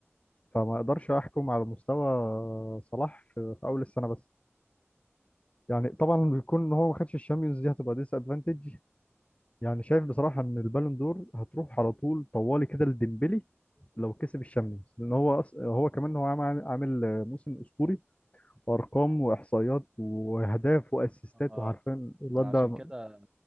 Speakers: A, on the left; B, on the right.
A: فما اقدرش احكم على مستوى صلاح في, في اول السنه بس يعني طبعا بيكون ان هو ما خدش الشامبيونز دي هتبقى ديس ادفانتج يعني شايف بصراحه ان البالون دور هتروح على طول طوالي كده لديمبلي لو كسب الشامبيونز لان هو أص... هو كمان هو عامل عامل موسم اسطوري وارقام واحصائيات واهداف واسيستات
B: اه
A: وعارفين الواد
B: انا عشان
A: ده
B: كده